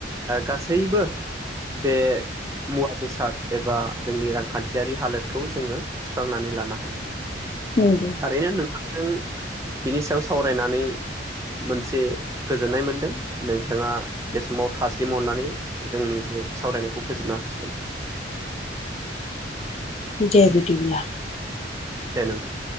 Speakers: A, on the right; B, on the left.
A: गासैबो बे मुवा बेसाद एबा जोंनि रांखान्थियारि हालोदखौ जोङो सुस्रांनानै लानो हायो
B: नंगौ
A: थारैनो नोंथांजों बिनि सायाव सावरायनानै मोनसे गोजोननाय मोनदों नोंथाङा बे समाव थास्लिम हरनानै जोंनि बे सावरायनायखौ फोजोबनो हासिगोन।
B: दे बिदिब्ला
A: दे नोंथां।